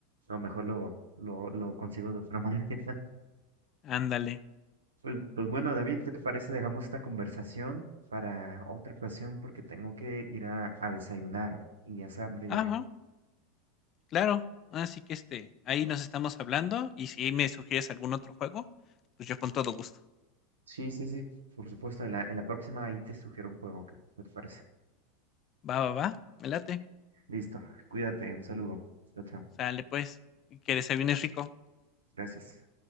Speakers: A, on the right (about 85°); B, on the left (about 40°).
A: No, mejor lo, lo, lo consigo de otra <laughs> manera.
B: Ándale.
A: Pues, pues bueno, David, ¿qué te parece? Dejamos esta conversación para otra ocasión porque tengo que ir a, a desayunar y hace hambre
B: Ajá,
A: ya.
B: claro. Así que, este, ahí nos estamos hablando y si me sugieres algún otro juego, pues yo con todo gusto.
A: Sí, sí, sí. Por supuesto, en la, en la próxima ahí te sugiero un juego. ¿Qué, qué te parece?
B: Va, va, va, me late.
A: Listo, cuídate, un saludo. Chao, chao.
B: Sale pues, y que desayunes rico.
A: Gracias.